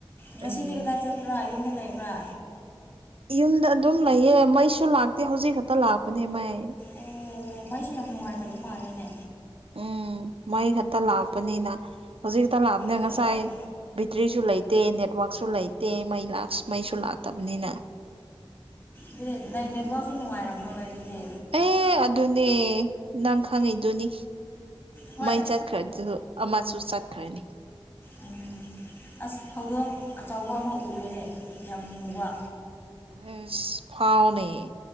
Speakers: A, on the left; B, on the right.
A: ꯉꯁꯤꯗꯤ
B: ꯎꯝ
A: ꯀꯗꯥꯏ ꯆꯠꯄ꯭ꯔꯥ ꯌꯨꯝꯗ ꯂꯩꯕ꯭ꯔꯥ
B: ꯌꯨꯝꯗ ꯑꯗꯨꯝ ꯂꯩꯌꯦ ꯃꯩꯁꯨ ꯂꯥꯛꯇꯦ ꯍꯧꯖꯤꯛ ꯈꯇ ꯂꯥꯛꯄꯅꯦ ꯃꯩ
A: ꯑꯦ ꯃꯩꯁꯨ ꯌꯥꯝ ꯅꯨꯡꯉꯥꯏꯇꯕ ꯃꯥꯜꯂꯦꯅꯦ
B: ꯎꯝ ꯃꯩ ꯈꯠꯇ ꯂꯥꯛꯄꯅꯤꯅ ꯍꯨꯖꯤꯛꯈꯇ ꯂꯥꯛꯕꯅꯦ
A: ꯑꯣ
B: ꯉꯁꯥꯏ ꯕꯤꯇ꯭ꯔꯤꯁꯨ ꯂꯩꯠ ꯇꯦ ꯅꯦꯠꯋꯥꯛꯁꯨ ꯂꯩꯇꯦ ꯃꯩ ꯂꯥꯛꯁ ꯃꯩꯁꯨ ꯂꯥꯛꯇꯕꯅꯤꯅ
A: ꯗꯨꯅꯦꯠ ꯗꯩ ꯅꯦꯠꯋꯥꯛꯁꯨ ꯅꯨꯡꯉꯥꯏꯔꯝꯃꯔꯣꯏ ꯑꯗꯨꯗꯤ
B: ꯑꯦ ꯑꯗꯨꯅꯦ ꯅꯪ ꯈꯪꯉꯤꯗꯨꯅꯤ
A: ꯍꯣꯏ
B: ꯃꯩ ꯆꯠ ꯈ꯭ꯔ ꯗꯨ ꯑꯃꯁꯨ ꯆꯠꯈ꯭ꯔꯅꯤ
A: ꯎꯝ ꯑꯁ ꯍꯧꯗꯣꯡ ꯑꯆꯕ ꯑꯃ ꯎꯑꯦꯅꯦ ꯌꯥꯝ ꯃꯨꯕ
B: ꯑꯁ ꯐꯥꯎꯅꯦ